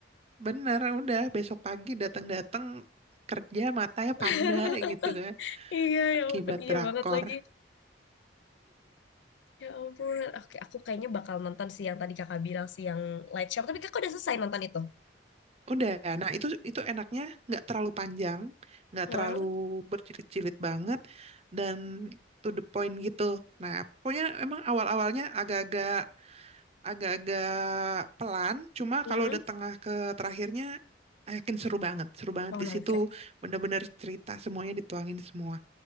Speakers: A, on the right; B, on the left.
A: Bener, udah besok pagi datang-datang kerja matanya
B: <laughs>
A: panda gitu kan.
B: Iya, ya
A: Akibat
B: ampun. Iya
A: drakor.
B: banget lagi. Ya ampun. Oke, aku kayaknya bakal nonton sih yang tadi kakak bilang sih, yang Light Shop. Tapi kakak udah selesai nonton itu?
A: Udah, nah itu itu enaknya nggak terlalu panjang, nggak
B: Hmm.
A: terlalu berjilid-jilid banget dan to the point gitu. Nah, pokoknya emang awal-awalnya agak-agak agak-agak pelan, cuma
B: Hmm.
A: kalau udah tengah ke terakhirnya, I yakin seru banget, seru banget
B: Oh
A: di
B: my
A: situ
B: God.
A: bener-bener cerita semuanya dituangin semua.